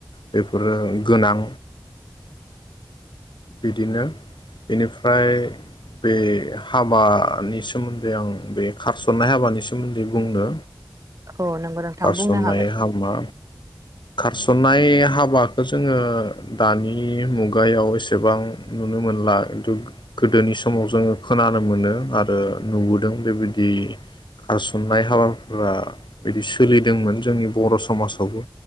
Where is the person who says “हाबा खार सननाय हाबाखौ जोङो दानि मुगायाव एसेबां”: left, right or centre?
Left